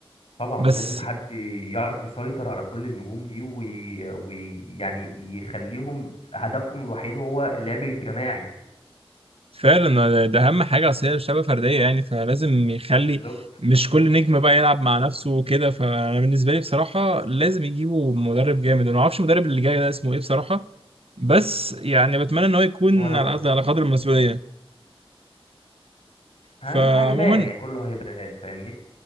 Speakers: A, on the left; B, on the right.
A: طبعا
B: بس
A: لازم حد يعرف يسيطر على كل النجوم دي ويعني وي... يعني يخليهم هدفهم الوحيد هو اللعب الجماعي
B: فعلا ده اهم حاجه اصل هي شبه فرديه يعني فلازم يخلي
A: بالظبط
B: مش كل نجم بقى يلعب مع نفسه وكده فانا بالنسبه لي بصراحه لازم يجيبوا مدرب جامد انا ما اعرفش المدرب اللي جاي ده اسمه ايه بصراحه بس يعني بتمنى ان هو يكون
A: ولا انا
B: على
A: بصراحه
B: قد على قدر المسؤوليه
A: هي...
B: فعموما
A: هيبان يعني كله هيبان فاهمني